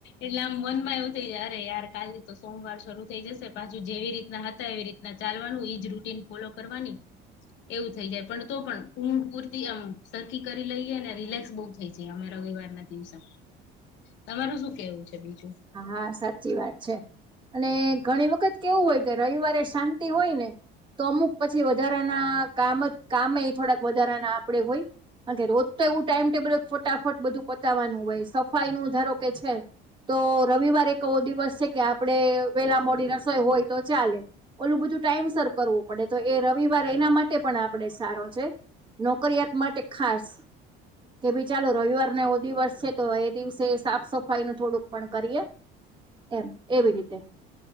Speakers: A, on the left; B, on the right.
A: એટલે આમ મન માં એવું થઈ જાય અરે યાર કાલ તો સોમવાર શરૂ થઈ જશે પાછુ જેવી રીત રીતના હતા એવી રીતના ચાલવાનું. ઈજ રૂટીન ફોલો કરવાની. એવું થઈ જાય પણ તો પણ ઊંઘ પૂરતી આમ સરખી કરી લઈએ ને રિલેક્સ બહુ થઇ જઈ અમે રવિવારના દિવસે. તમારું શું કેવું છે બીજું?
B: હા સાચી વાત છે. અને ઘણી વખત કેવું હોય કે રવિવારે શાંતિ હોય ને તો અમુક પછી વધારાના કામ કામે થોડાક વધારાના આપણેે હોય. કારણ કે રોજ તો એવું ટાઈમ ટેબલ ફટાફટ બધું પતાવવાનું હોય સફાઈ નું ધારો કે છે તો રવિવારે એક એવો દિવસ છે કે આપણે વેલા મોડી રસોઈ હોય તો ચાલે. ઓલું બધું ટાઈમ સર કરવું પડે. તો એ રવિવાર એના માટે પણ આપણે સારો છે. નોકરીયાત માટે ખાસ. કે ભાઈ ચાલો રવિવાર ને એવો દિવસ છે તો એ દિવસે સાફ સફાઈનું થોડુંક પણ કરીએ એમ એવી રીતે.